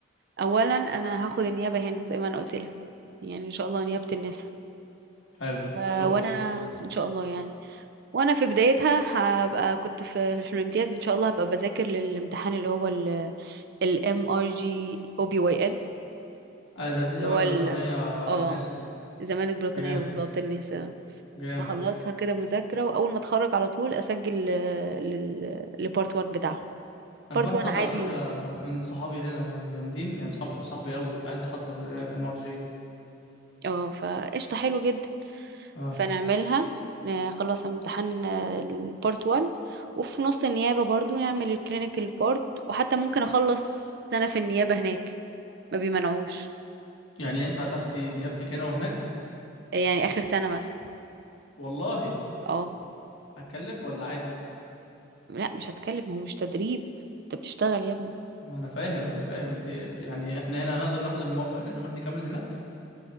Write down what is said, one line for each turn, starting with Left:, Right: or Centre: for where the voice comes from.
Right: اولا انا هاخد النيابة هنا زي ما انا قلت لك يعني ان شاء الله نيابة النساء
Left: حلو ان
Right: ف-
Left: شاء
Right: وانا
Left: الله
Right: ان شاء الله يعني وانا في بدايتها هبقى كنت في في الامتياز ان شاء الله هبقى بذاكر للامتحان اللي هو الام ار جي او بي واي
Left: آه، ده دي زمالة
Right: اللي هو ال
Left: بريطانية آه،
Right: اه
Left: نسا
Right: الزمالة البريطانية
Left: جامد
Right: بالظبط النساء
Left: جامد
Right: اخلصها كده مذاكرة واول ما اتخرج على طول اسجل آه، لل لبارت 1 بتاعهم
Left: انا
Right: بارت
Left: في واحد
Right: 1
Left: صاحبي
Right: عادي
Left: على فكرة من صحابي هنا الجامدين يعني صحابي صاحبي قوي عايز يحضر آه، ام ار جي
Right: اه فقشطة حلو جدا
Left: اه
Right: فنعملها ن- خلاص امتحان البارت 1 وفي نص النيابة برضو نعمل الكلينيكال بارت وحتى ممكن اخلص سنة في النيابة هناك ما بيمنعوش
Left: يعني ينفع تاخدي نيابتك هنا وهناك
Right: يعني اخر سنة مثلا
Left: والله
Right: اه
Left: هتكلف ولا عادي
Right: لا مش هتكلم ما هو مش تدريب انت بتشتغل يا ابني
Left: ما انا فاهم انا فاهم انت يعني احنا هنا هنقدر ناخد الموافقة ان احنا نروح نكمل هناك